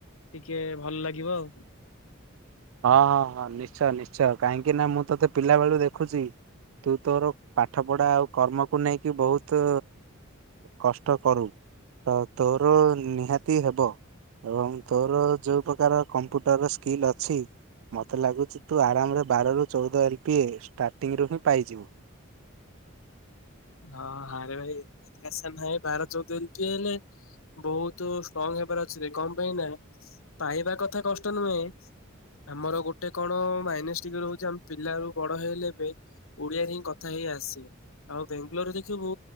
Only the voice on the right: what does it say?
ହଁ ହଁ ହଁ ନିଶ୍ଚୟ ନିଶ୍ଚୟ କାହିଁକି ନା ମୁଁ ତୋତେ ପିଲାବେେଳକୁ ଦେଖୁଛି। ତୁ ତୋର ପାଠ ପଢା ଆଉ କର୍ମକୁ ନେଇକି ବହୁତ କଷ୍ଟ କରୁ ତ ତୋର ନିହାତି ହବ। ଏବଂ ତୋର ଯୋଉ ପ୍ରକାର କମ୍ପ୍ୟୁଟର ସ୍କିଲ୍ ଅଛି। ମତେ ଲାଗୁଛି ତୁ ଆରାମରେ ବାର ରୁ ଚଉଦ ଏଲ ପି ଷ୍ଟାର୍ଟିଂ ରୁ ହିଁ ପାଇଯିବୁ।